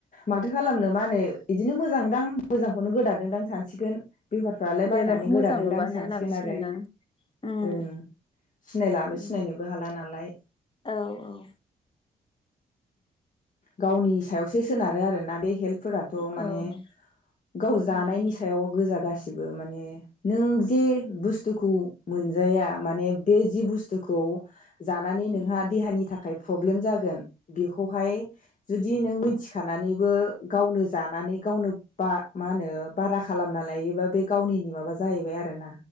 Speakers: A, on the left; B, on the left.
A: माथो खालामनो मा होनो इदिनो मोजांदां मोजांखौनो गोदादोंदां सानसिगोन। बेफारफ्रालाय बायनानै
B: बेदरखौ मोजां
A: गोदादोंदां
B: नुबानो
A: सानसिगोन
B: लाबोसिगोन
A: आरो
B: ना उम
A: ओं सिनायलाबो
B: उम
A: सिनायनोबो हाला ना लाय।
B: औ औ
A: गावनि सायावसो सोनारो आरोना बे हेल्तफोराथ माने
B: औ
A: गाव
B: उम
A: जानायनि सायाव गोजा गासि बेबो माने नों जे बुस दुखु मोनजाया माने बे जि बुस्थुखौ जानानै नोंहा
B: ओं ओं
A: देहानि थाखाय प्रब्लेम जागोन। बेखौहाय जुदि नों मिथिखानानैबो गावनो जानानै गावनो बा मा होनो बारा खालामना लायोबा बे गावनिनि माबा जाहैबाय आरोना।